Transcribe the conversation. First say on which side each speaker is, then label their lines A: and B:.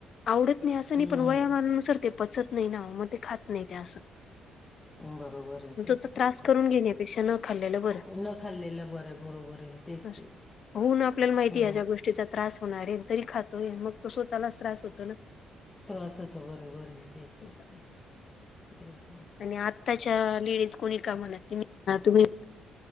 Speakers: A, on the left (about 60°); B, on the left (about 20°).
A: आवडत नाही असं नाही
B: हम्म
A: पण वयामानानुसार ते पचत नाही. नाही ना मग ते खात नाही ते असं
B: बरोबर आहे तेच
A: तो तर
B: तेच
A: त्रास
B: तेच
A: करून घेण्यापेक्षा न खाल्लेलं बरं
B: न खाल्लेलं बर बरोबर आहे. तेच
A: असं
B: तेच.
A: होऊन आपल्याला माहिती
B: हो
A: आहे ह्याच्या्या गोष्टीचा त्रास होणार आहे तरी खातोय मग. तो स्वतःलाच त्रास होतो ना
B: त्रास होतो बरोबर आहे तेच तेच
A: असं
B: आहे तेच ना
A: आणि आत्ताच्या लेडीज कोणी कामाला तम्ही तुम्ही